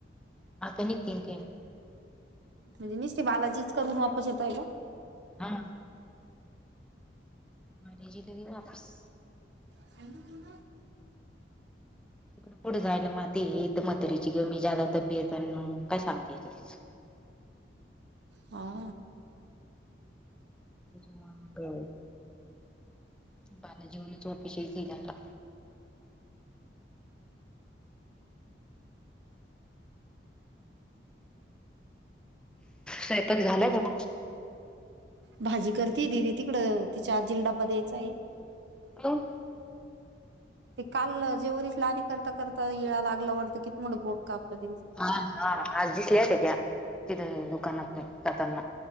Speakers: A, in the centre; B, on the right (about 70°).
A: आता निघतीन.
B: म्हणजे निस्ती बालाजचीच करून वापस येताय काय.
A: हा. मारे जी लगे वापस.
B: खा्य ठून.
A: तिकडडे पुढं जायला मातीत म्हातारीची कमी जादा तबीयेत मग काय सांगते तिचं.
B: हा.
A: त्याच्या बालाजीवन चोपिशही झाला. स्यताक झाला बघा.
B: भाजी करतेय दीदी तिकडं तिच्या आजिल डाबा द्यायचां आहे.
A: हॅलो!
B: ते काल जेववरच लाणी करता करता येळा लागला वाटतं कि मोठं बोट कापलं त्यांचं.
A: हा हा आज दिसल्या त्या तिथे दुकानात जाताना.